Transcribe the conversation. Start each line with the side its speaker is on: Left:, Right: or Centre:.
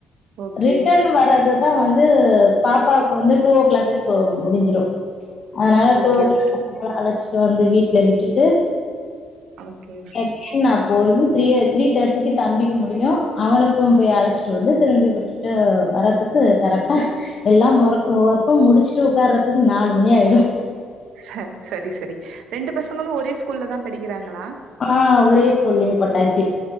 Right: ஓகே
Left: ரிட்டன் வர்றது தா வந்து பாப்பாவுக்கு வந்து டூ‌ ஓ க்ளாக்க க்ளோ முடிஞ்சிறு அதன்னால
Right: ஓகே
Left: டூ ஓ க்ளாக்
Right: ஓகே
Left: <unintelligible> அலச்சிட்டு வந்து வீட்ல விட்டுட்டு
Right: ஓகே
Left: அகெய்ன் நா போய் த்ரீய த்ரீ தேட்டிக்கு தம்பிக்கு முடியு அவனுக்கு போய் அலச்சிட்டு வந்து திரும்பி விட்டுட் ட்டு வர்றதுக்கு கரெக்டா எல்லா மொர்க் ஒர்க்கு முடிச்சுட்டு உக்காரத்துக்கு நாலு மணி ஆயிடு
Right: ச சரி சரி ரெண்டு பசங்ளு ஒரே ஸ்கூல்ல தா படிக்றாங்களா
Left: ஆ ஒரே ஸ்கூல்லயே போட்டாச்சி